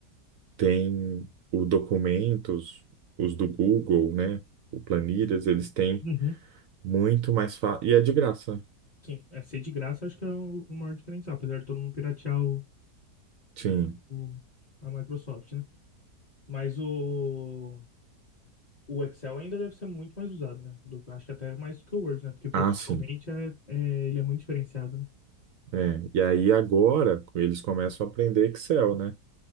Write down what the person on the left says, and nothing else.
Uhum.
Sim, é ser de graça acho que é o o maior diferencial, apesar de todo mundo piratear o,
o- a Microsoft, né? Mas o. O Excel ainda deve ser muito mais usado, né? Do- acho que até mais do que o Word, né? Porque profissionalmente
é, é- ele é muito diferenciado, né?